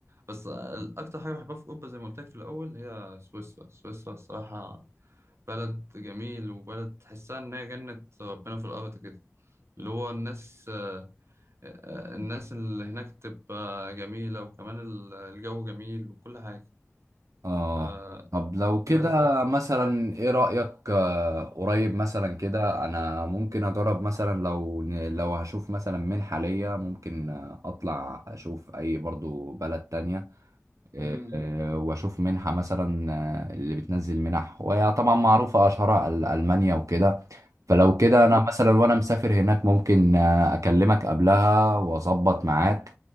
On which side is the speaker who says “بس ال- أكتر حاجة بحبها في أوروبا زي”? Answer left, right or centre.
Right